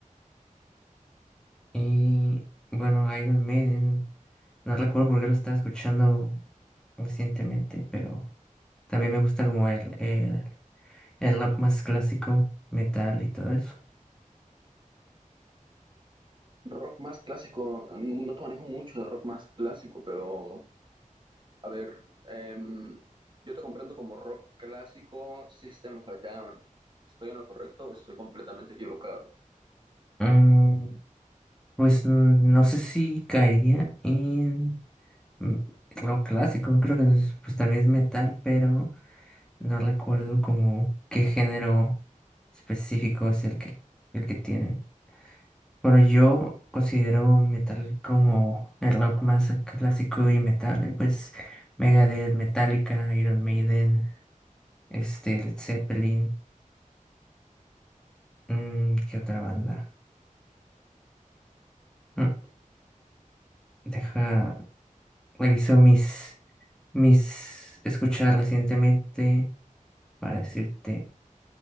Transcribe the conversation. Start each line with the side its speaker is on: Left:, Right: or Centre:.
Centre: Y, bueno, Iron Maiden, no recuerdo por qué lo estaba escuchando recientemente, pero... También me gusta como el, el, el rock más clásico, metal y todo eso.
Right: Rock más clásico, no te manejo mucho de rock más clásico, pero A ver, em, yo te comprendo como rock clásico, System of a Down. ¿Estoy en lo correcto o estoy completamente equivocado?
Centre: Mm, pues mm, no sé si caería en mm, rock clásico, creo que es- pues también es metal, pero no recuerdo como qué género específico es el que, el que tienen. Bueno, yo considero metal como el rock más clásico y metal, eh, pues Megadeth, Metallica, Iron Maiden, este, Led Zeppelin, mm, ¿qué otra banda? Mm, Deja, reviso mis, mis escuchar recientemente para decirte.